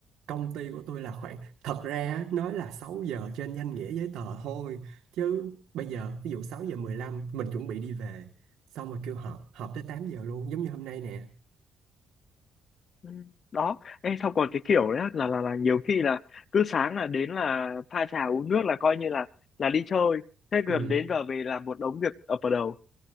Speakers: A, on the right; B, on the left.
A: công ty của tôi là khoảng thật ra á, nói là 6 giờ trên danh nghĩa giấy tờ thôi chứ bây giờ ví dụ 6 giờ 15 mình chuẩn bị đi về xong rồi kêu họp họp tới 8 giờ luôn giống như hôm nay nè
B: Ừ. đó em xong còn cái kiểu đấy là là là nhiều khi là cứ sáng là đến là pha trà uống nước là coi như là là đi chơi thế
A: ừ
B: gần đến giờ về là một đống việc ập vào đầu